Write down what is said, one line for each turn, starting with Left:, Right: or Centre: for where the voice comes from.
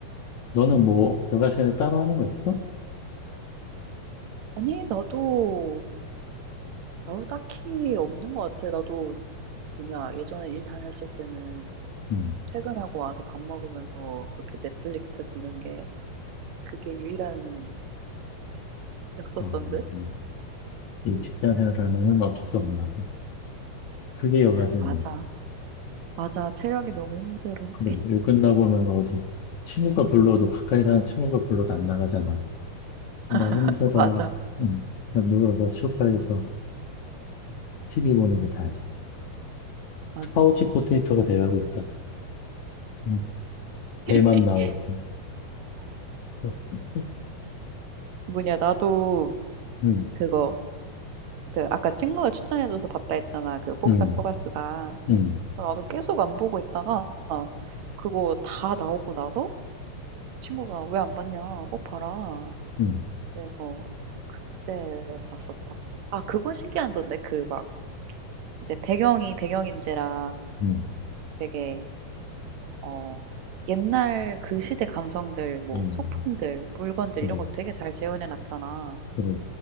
Left: 너는 뭐 여가 시간에 따로 하는 거 있어?
Right: 아니, 나도 아우 딱히 없는 것 같아. 나도 뭐냐 예전에 일 다녔을 때는
Left: 음,
Right: 퇴근하고 와서 밥 먹으면서 그렇게 넷플릭스 보는 게 그게 유일한 취미였었던
Left: 아, 맞아,
Right: 듯.
Left: 맞아.
Right: <laughs>
Left: 이
Right: 음.
Left: 직장 생활하면은 어쩔 수 없나 봐. 그게 여가지
Right: 맞아.
Left: 뭐.
Right: 맞아. 체력이 너무 힘들어.
Left: 그래, 일 끝나고 오면 어디, 친구가 불러도, 가까이 사는 친구가 불러도 안 나가잖아. 나
Right: <laughs>
Left: 힘들어.
Right: 맞아.
Left: 음, 그냥 누워서 소파에서 TV 보는
Right: 맞아.
Left: 게 다지.
Right: 맞아.
Left: 파우치
Right: 맞아.
Left: 포테이토가 돼가고 있다. 음, 배만
Right: <laughs>
Left: 나오고. <laughs>
Right: 뭐냐 나도
Left: 음,
Right: 그거 그 아까 친구가 추천해줘서 봤다 했잖아. 그 복삭
Left: 음,
Right: 속았수다.
Left: 음,
Right: 나도 계속 안 보고 있다가 그거 다 나오고 나서 친구가 왜 안 봤냐? 꼭 봐라.
Left: 음,
Right: 그래서 그때 봤었다. 아, 그건 신기하던데. 그 막 이제 배경이 배경인지라
Left: 음.
Right: 되게 어 옛날 그 시대 감성들 뭐
Left: 음.
Right: 소품들,
Left: 어,
Right: 물건들
Left: 그래,
Right: 이런 거 되게 잘 재현해 놨잖아.
Left: 그래.